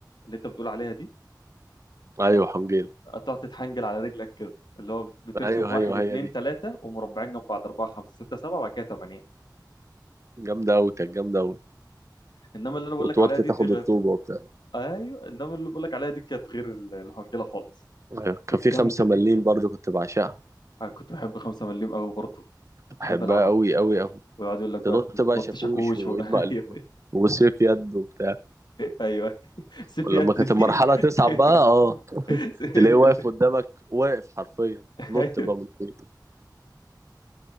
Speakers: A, on the left; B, on the right.
A: اللي أنت بتقول عليها دي
B: أيوه حنجيلة
A: تقعد تتحنجل على رجلك كده اللي هو بترسم
B: أيوه
A: واحد
B: أيوه
A: اتنين
B: هي دي
A: تلاتة ومربعين جنب بعض أربعة خمسة ستة سبعة وبعد كده تمانية
B: جامدة أوي كانت جامدة أوي
A: انما اللي انا بقول
B: وتوطي
A: لك عليها دي
B: تاخد
A: دي غير
B: الطوبة وبتاع
A: ايوه انما اللي بقول لك عليها دي كانت غير ال- الحنجله خالص
B: أيوه كان
A: كانت
B: في خمسة
A: جامده دي
B: مليم برضو كنت بعشقها
A: انا كنت بحب خمسة مليم قوي برضه كنت
B: بحبها
A: بحب العبها
B: أوي أوي أوي
A: ويقعد يقول لك
B: تنط
A: بقى ننط
B: بقى شاكوش
A: شاكوش
B: وايد
A: و... <laughs>
B: مقلوبه
A: ايوه
B: وسيف يد وبتاع
A: ايوه سيف
B: ولما
A: يد
B: كانت المرحله
A: دي <laughs>
B: تصعب
A: ك-
B: بقى اه
A: س-
B: تلاقيه
A: ال-
B: واقف قدامك واقف حرفيا
A: <laughs>
B: نط
A: ايوه
B: بقى من فوق